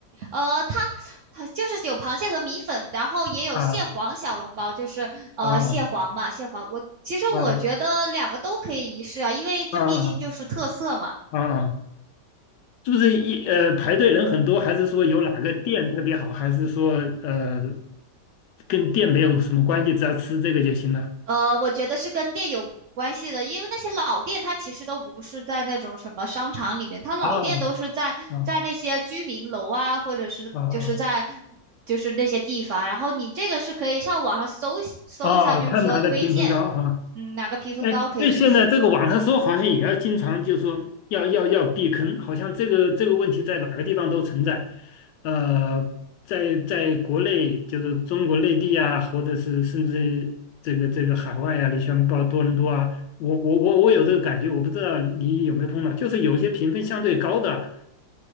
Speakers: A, on the right; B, on the left.
A: 呃，它它就是有螃蟹和米粉，然后也有蟹黄小笼包，
B: 啊
A: 就是呃蟹黄嘛，
B: 啊
A: 蟹黄我其实我觉得两个都可以一试啊，
B: 啊
A: 因为这毕竟就是特色嘛。
B: 啊啊！啊啊是不是一呃排队人很多，还是说有哪个店特别好，还是说呃跟店没有什么关系，只要吃这个就行了？
A: 呃，我觉得是跟店有关系的，因为那些老店它其实都不是在那种什么商场里面，它老店都是在在那些居民楼啊，
B: 啊啊
A: 或者是就是在
B: 啊啊
A: 就是那些地方。然后你这个是可以上网上搜一搜一下，
B: 啊！
A: 就是说推荐，
B: 看哪个评分高哈、
A: 嗯，哪个评分高可以去试。
B: 哎，那现在这个网上说好像也要经常就说要要要避坑，好像这个这个问题在哪个地方都存在。呃，在在国内就是中国内地啊，或者是甚至这个这个海外啊，你像报多伦多啊，我我我我有这个感觉，我不知道你有没有碰到，就是有些评分相对高的啊